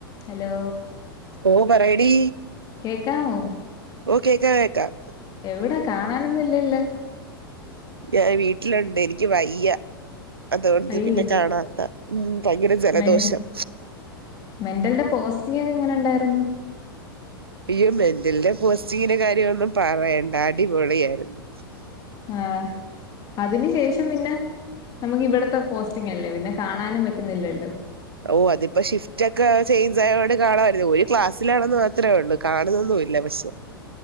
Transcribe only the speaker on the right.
ഓ പറയടി
ഓ കേക്കാ കേക്കാം
ഞാൻ വീട്ടിലുണ്ട് എനിക്ക് വയ്യ അതോടുന്ന്
പിന്നെ കാണാത്ത ഉം ഭയങ്കര ജലദോഷം
അയ്യോ മെന്റലിന്റെ പോസ്റ്റിങ്ങിന്റെ കാര്യം ഒന്നും പറയണ്ട. അടിപൊളിയാരുന്നു
ഓ അതിപ്പോ ഷിഫ്റ്റ് ഒക്കെ ചേഞ്ച് ആയോട് കാണാമായിരുന്നു ഒരു ക്ലാസ്സിലാണെന്ന് മാത്രേ ഉള്ളൂ. കാണുന്നൊന്നുംല്ല പക്ഷെ